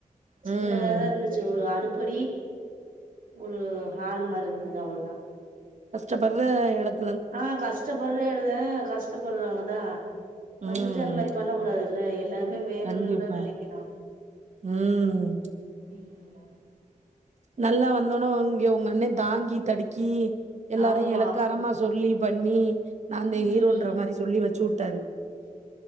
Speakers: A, on the right; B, on the right.
A: ம்
B: சின்னதாதா
A: ம்
B: இருந்துச்சு ஒரு அடுப் பொடி ஒரு ஹாலு மாரி இருந்துது அவ்ளோதா
A: கஸ்டபரஎடத்
B: ஆ கஷ்டப்படுறேழுதே கஷ்டப்படுறாங்கதா வந்துட்டு
A: ம்
B: அந்த மா ரி பண்ண கூடாது இல்ல எல்லாருமே வேணும்னுல்ல
A: கண்டிப்பா
B: நினைக்கணு
A: ம்
B: ம் ஆ
A: நல்லா வந்தோனா ஒ அங்கே ஒங்க அண்ணே தாங்கி தடுக்கி எல்லாரையு
B: ஆமா
A: எலக்காரமா சொல்லி பண்ணி நான்தா
B: ம்
A: ஹீரோன்ற மாரி சொல்லி வச்சி உட்டாரு